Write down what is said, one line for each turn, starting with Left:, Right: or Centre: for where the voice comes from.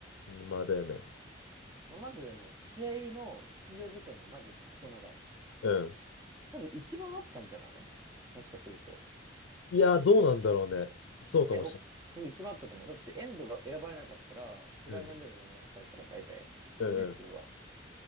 Left: あ、まあだよね。
Right: まあ、まずもう試合の出場時間がまずクソ長い。
Left: うん。
Right: 多分一番あったんじゃないもしかすると。
Left: いや、どうなんだろうね。そうかもし
Right: いや、僕、僕一番あったと思う。だってエンドが選ばれなかったら、フライフェンベルフだったから、
Left: れない。
Right: 大体、
Left: うん、
Right: ディフェンシブは。
Left: うん、